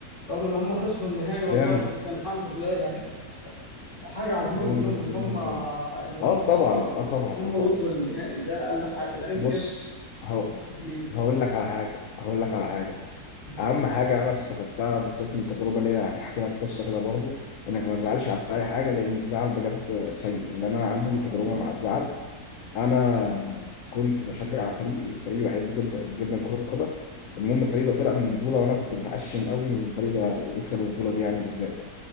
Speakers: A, on the left (about 30°); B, on the left (about 60°).
A: رغم ان هم خسروا النهائي والله
B: جامد
A: بس الحمد لله يعني حاجة عظيمة
B: جامد
A: منهم إن
B: جامد
A: هم
B: جامد
A: إن هم
B: اه
A: حققوا
B: طبعا اه طبعا
A: إن هم
B: اه طبعا
A: وصلوا للنهائي ده أقل حاجة ده إنجاز
B: بص هو
A: إنجاز لينا
B: هقول لك على حاجة هقول لك على حاجة
A: مم.
B: أهم حاجة أنا استفدتها بالذات من تجربة ليا يعني هحكي لك قصة كده برضو إنك ما تزعلش على أي حاجة لأن الزعل بجد سيء إن أنا عندي
A: استغفر
B: تجربة
A: الله
B: مع الزعل انا كنت بشجع فريق فريق بحب جدا جدا كرة قدم المهم الفريق ده طلع من بطولة وانا كنت متعشم قوي ان الفريق ده يكسب البطولة دي يعني بالذات